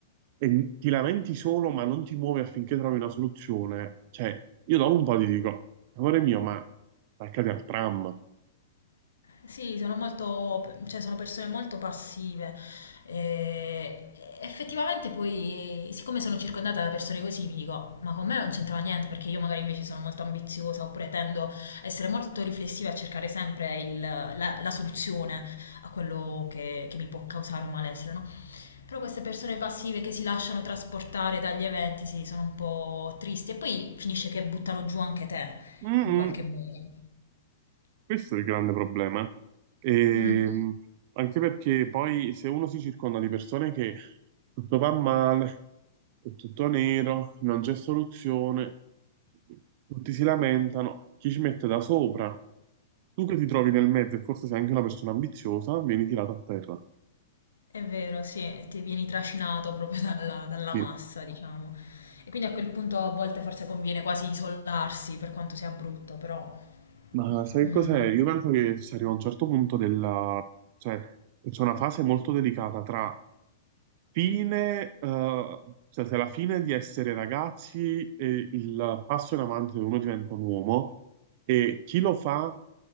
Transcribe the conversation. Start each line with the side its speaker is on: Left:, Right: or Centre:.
Right: e ti lamenti solo ma non ti muovi affinché trovi una soluzione, cioè io dopo un po' ti dico, amore mio, ma attaccati al tram.
Left: Sì, sono molto, cioè sono persone molto passive. E effettivamente poi, siccome sono circondata da persone così, mi dico, ma con me non c'entrava niente perché io magari invece sono molto ambiziosa oppure tendo a essere molto riflessiva e a cercare sempre il- la, la soluzione a quello che, che mi può causare un malessere, no? Però queste persone passive che si lasciano trasportare dagli eventi, sì, sono un po' tristi. E poi finisce che buttano giù anche te,
Right: Mm-mm.
Left: in qualche modo.
Right: Questo è il grande problema. Ehm,
Left: Mm,
Right: anche perché poi se uno si circonda di persone che tutto va male, è tutto nero, non c'è soluzione, tutti si lamentano, chi ci mette da sopra? Tu che ti trovi nel mezzo e forse sei anche una persona ambiziosa, vieni tirato a terra.
Left: è vero, sì, ti vieni trascinato proprio dalla, dalla
Right: Sì.
Left: massa, diciamo. E quindi a quel punto a volte forse conviene quasi isolarsi, per quanto sia brutto, però...
Right: Ma sai
Left: mm.
Right: che cos'è? Io penso che si arriva a un certo punto della... cioè c'è una fase molto delicata tra fine, eh, cioè se alla fine di essere ragazzi e il passo in avanti dove uno diventa un uomo e chi lo fa